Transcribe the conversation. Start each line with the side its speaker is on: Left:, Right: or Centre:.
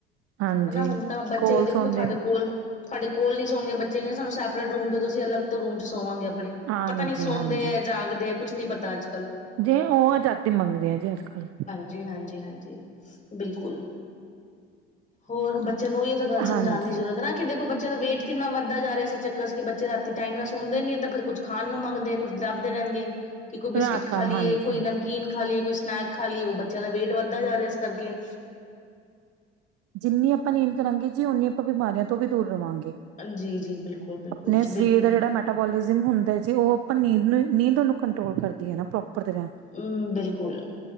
Right: ਹਾਂਜੀ,
Left: ਹਨਾ ਹੁਣ ਤਾਂ ਬੱਚੇ
Right: ਕੋਲਸ
Left: ਵੀ ਦੇਖੋ
Right: ਹੁੰਦੇ
Left: ਤੁਹਾਡੇ ਕੋਲ, ਤੁਹਾਡੇ ਕੋਲ ਨਹੀਂ ਸੋਦੀਆਂ ਬੱਚੇ ਗੀਆਂ ਸਾਨੂੰ ਸੈਪਰੇਟ ਰੂਮ ਦੇ ਤੁਸੀਂ ਅਲਗ ਰੂਮ ਚ ਸੋਵਾਂਗੇ ਆਪਣੇ
Right: ਹਾਂਜੀ,
Left: ਪਤਾ ਨੀ ਸੌਂਦੇ
Right: ਹਾਂਜੀ
Left: ਹੈ ਜਾਗਦੇ ਹੈ ਕੁਝ ਨੀ ਪਤਾ ਅੱਜ ਕੱਲ੍ਹ।
Right: ਜੇ ਉਹ ਆਜ਼ਾਦੀ ਮੰਗਦੇ ਆ ਜੀ ਅੱਜ ਕੱਲ੍ਹ,
Left: ਜੀ ਹਾਂਜੀ, ਹਾਂਜੀ, ਬਿਲਕੁਲ, ਹੋਰ ਬੱਚਿਆ ਨੂੰ ਵੀ, ਗੱਲ ਸਮਝਾਣ
Right: ਹਾਂਜੀ
Left: ਦੀ ਜ਼ਰੂਰਤ, ਨਾ ਕਿ ਦੇਖੋ ਬੱਚੇ ਦਾ ਵੇਟ ਕਿੰਨਾ ਵੱਧਦਾ ਜਾ ਰਿਹਾ ਸੀ ਚੱਕਰ ਕਿ ਬੱਚੇ ਰਾਤੀ ਟਾਈਮ ਨਾਲ ਸੁਣਦੇ ਨੀ ਹੈ ਤਾਂ ਫਿਰ, ਕੁਛ ਖਾਣ ਨੂੰ ਮੰਗਦੇ ਕੁੱਛ ਡੱਬਦੇ ਰਹਿਣਗੇ। ਕਿ ਕੋਈ ਬਿਸਕਿਟ
Right: ਰਾਤ
Left: ਖਾ
Right: ਰਾਤ
Left: ਲਈਏ
Right: ਹਾਂਜੀ,
Left: ਕੋਈ
Right: ਹਾਂਜੀ
Left: ਨਮਕੀਨ ਖਾ ਲਈਏ ਕੋਈ ਸਨੈਕ ਖਾ ਲਈਏ ਉਹ ਬੱਚਿਆਂ ਦਾ ਵੇਟ ਵੱਧਦਾ ਜਾ ਰਿਹਾ ਇਸ ਕਰਕੇ।
Right: ਜਿੰਨੀ ਆਪਾਂ ਨੀਂਦ ਕਰਾਂਗੇ ਜੀ ਉਨੀ ਆਪਾਂ ਬਿਮਾਰੀਆਂ ਤੋਂ ਵੀ ਦੂਰ ਰਵਾਂਗੇ।
Left: ਜੀ, ਜੀ, ਬਿਲਕੁਲ, ਬਿਲਕੁਲ,
Right: ਆਪਣੇ
Left: ਬਿਲਕੁਲ।
Right: ਸਰੀਰ ਦਾ ਜਿਹੜਾ ਮੈਟਾਬੋਲਿਜ਼ਮ ਹੁੰਦਾ ਜੀ ਉਹ ਆਪਾਂ ਨੀਂਦ ਨੂੰ ਨੀਂਦ ਉਹਨੂੰ ਕੰਟਰੋਲ ਕਰਦੀ ਹੈ ਨਾ ਪ੍ਰੋਪਰ ਤਰ੍ਹਾਂ,
Left: ਹੂੰ, ਬਿਲਕੁਲ,